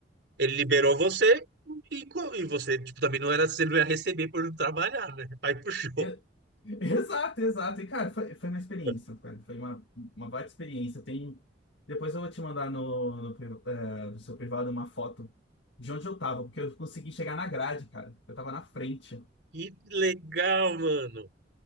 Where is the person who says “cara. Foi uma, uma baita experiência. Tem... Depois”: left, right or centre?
Left